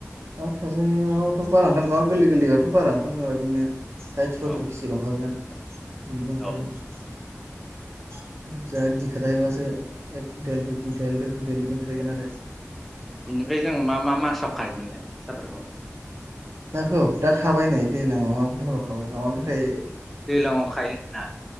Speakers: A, on the right (about 60°); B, in the centre.
A: बा फिजोनियावथ' बारा ओंखार नङा गोरलै गोरैयावथ' बारा ओंखार नङा बेनो। साय सयतुर
B: औ
A: केजि लओंखारगोन बिदिल' ओंखारगोन
B: औ
A: बुरजा जि खाथायाहैबासो एक कुन्टेल दुइ कुइन्टेल देर कुइन्टेल दुइ बिदि ओंखारहैगोन आरो।
B: बिनिफ्राय जों मा मा मासाव खायोमोनलाय साहाफोरखौ ‌
A: नाखौ दा खाबायनाय दैल माबा बर' खाबाय माबानि थाखाय
B: दैज्लाङाव खायो आरोना